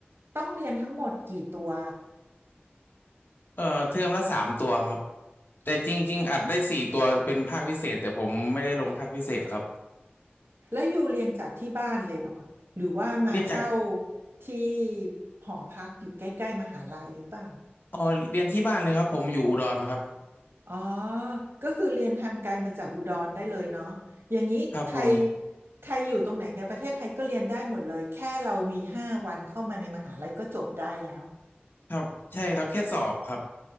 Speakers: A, on the right (about 75°); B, on the left (about 55°).
A: ต้องเรียนทั้งหมดกี่ตัว
B: เอ่อเทอมละสามตัวครับ แต่จริงๆอัดได้สี่ตัวเป็นภาคพิเศษแต่ผมไม่ได้ลงภาคพิเศษครับ
A: แล้วอยู่เรียนจากที่บ้านเลยเหรอหรือว่ามาเช่า
B: เรียนจาก
A: ที่หอพักอยู่ใกล้ๆมหาลัยหรือเปล่า
B: อ๋อเรียนที่บ้านเลยครับผมอยู่อุดรครับ
A: อ๋อก็คือเรียนทางไกลมาจากอุดรได้เลยเนาะอย่างนี้ใคร
B: ครับผม
A: ใครอยู่ตรงไหนในประเทศไทยก็เรียนได้หมดเลยแค่เรามีห้าวันเข้ามาในมหาลัยก็จบได้แล้ว
B: ครับใช่ครับแค่สอบครับ